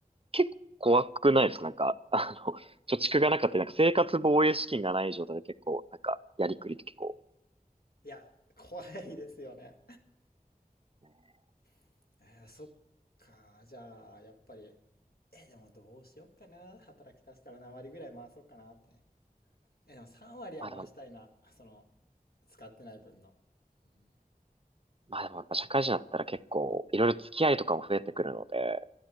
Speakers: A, on the right; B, on the left.
A: 結構怖くないですかなんか、あの、<laughs> 貯蓄がなかったり、なんか生活防衛資金がない状態で結構、なんか、やりくりって結構、
B: いや、怖いですよね。
A: ね
B: <laughs> えーそっか、じゃあ、やっぱり、えでもどうしよっかな、働き出したら何割ぐらい回そうかなってね。えでも3割は回したいな、
A: まあでも、
B: その、使ってない分の。うん
A: まあでもやっぱ社会人だったら結構、いろいろ付き合いとかも増えてくるので、